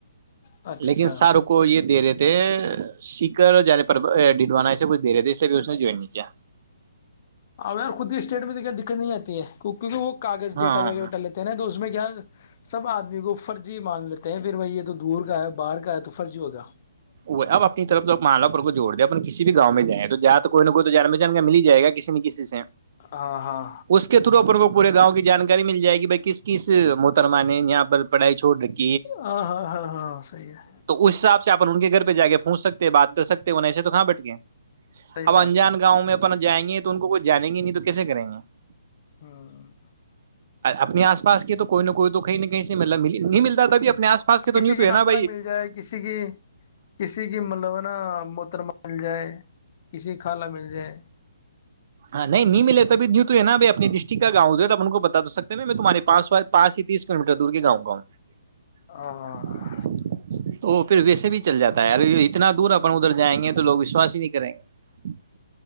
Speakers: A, on the left (about 40°); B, on the right (about 45°).
A: اچھا
B: لیکن
A: اچھا
B: سر کو یہ دے رہے تھ سیکر اور ج پر ڈڈوانا ایے کچھ دے رہے تھے اس لیے اس نے جوائن نہیں کیا
A: اویر خود ہی اسٹیٹ میں تو کیا دقت نہیں آتی ہے کیونکہ وہ کاغذ
B: ہاں
A: ڈیٹا وغیرہٹا لیتے ہیں نا تو اس میں کیا سب آدمی کو فرضی مان لیتے ہیں پھر بھائی یہ تو دور کا ہے باہر کے تو فرضی ہوگا <unintelligible>
B: وہ اب اپنی طرف تو مالا پر کو جوڑ دیں اپ کسی بھی گاؤں جائیں تو جیا تو کوئی نہ کوئی تو جان میں جان کے مل جائے گا کسی نہ کسی سے
A: ہاں ہاں
B: اس کے تھرو اپنے کو پورے گاؤں کی جانکاری مل جائے گی بائی کس کس محترما نے یہاں پر پڑائی چوڑ رکی
A: ہاں ہاں ہاں ہاں سحیح ہے <unintelligible>
B: تو اس حساب سےپ ان کے گھر پہ جا کے پونچ سکتے بات کر سکتے انہ ای سے تو کہاں بیٹ کے
A: صحیح
B: اب
A: بات
B: انجان
A: ہے
B: گاؤں میں <unintelligible> ن جائیںے تو ان کوئی جانیں گے نہیں تو کیسے کریں گے <unintelligible>
A: ہوں <unintelligible>
B: اپنے آس پس کی تو کوئی نہ کوئی تو کہیں نہ کہیں سے م نہیں ملتا تبھی اپنے آس پاس کے تو
A: کسی
B: نہیںی تو
A: کی
B: ہے
A: خالہ
B: نا بائی
A: مل جائے کسی کی کسی کی مطلب ہے نا متر مال جائے کسی کی خالا مل جائے
B: ہاں نہیں ملے ابھی یوں تو ہے نا ب اپنے ڈسٹکٹ کا گاؤں د ہے ا آپ کو بتا سکتے میں تمہارے پا پس ہی تیس کلو میٹر دور کے گاؤں کاا ہوں
A: ہاں
B: تو پھر ویسے بھی چل جاتا <unintelligible> تیاری <unintelligible> اتنا دور اپن ادھر جائیں گے تووگ وشواس ہی نہیں کریں گے ہ <inaudible>